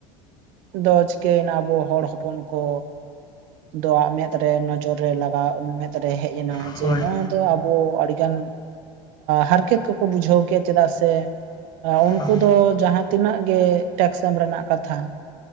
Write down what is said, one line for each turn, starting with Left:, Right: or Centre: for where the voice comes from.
Right: ᱫᱚ ᱪᱤᱠᱟᱹᱭᱱᱟ ᱟᱵᱚ ᱦᱚᱲ ᱦᱚᱯᱚᱱ ᱠᱚ᱾ ᱫᱚᱣᱟᱜ ᱢᱮᱫ ᱨᱮ ᱱᱚᱡᱚᱨ ᱨᱮ ᱞᱟᱜᱟᱣ ᱢᱮᱫ ᱨᱮ ᱦᱮᱡ ᱮᱱᱟ
Left: ᱦᱳᱭ
Right: ᱡᱮ ᱱᱚᱣᱟ
Left: ᱦᱳᱭ
Right: ᱛᱚ ᱟᱵᱚ ᱟᱹᱰᱤ ᱜᱟᱱ ᱦᱟᱨᱠᱮᱛ ᱠᱚ ᱠᱚ ᱵᱩᱡᱷᱟᱹᱣ ᱠᱮᱭᱟ᱾ ᱪᱮᱫᱟᱜ ᱥᱮ ᱟ ᱩᱱᱠᱩ
Left: ᱦᱩᱸ
Right: ᱫᱚ ᱡᱟᱦᱟᱸ ᱛᱤᱱᱟᱹᱜ ᱜᱮ ᱴᱮᱠᱥ ᱮᱢ ᱨᱮᱱᱟᱜ ᱠᱟᱛᱷᱟ